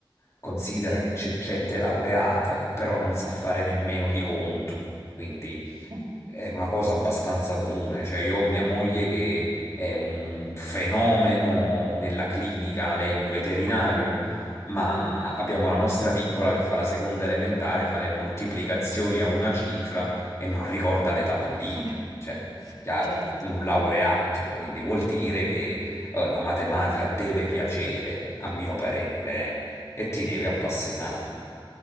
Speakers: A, on the left; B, on the right.
A: Considera
B: sì,
A: che c'è gente laureata che però non sa fare nemmeno di conto, quindi
B: <laughs>
A: è una cosa
B: Sì.
A: abbastanza comune, cioè io ho mia moglie che è un fenomeno nella clinica, lei è un veterinario,
B: Ah,
A: ma
B: bello.
A: abbiamo la nostra piccola che fa la seconda elementare, fa le moltiplicazioni a una cifra e non ricorda le tabelline,
B: <laughs>
A: cioè, chiaro,
B: certo.
A: un laureato, quindi vuol dire che eh, la matematica deve piacere, a mio parere, eh, e ti deve appassionare,